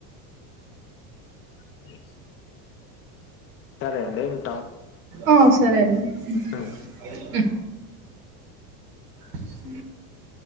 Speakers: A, on the left; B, on the right.
A: <inaudible> సరేండి
B: ఆ సరే అండి
A: ఉమ్.
B: ఉ ఉ ఉ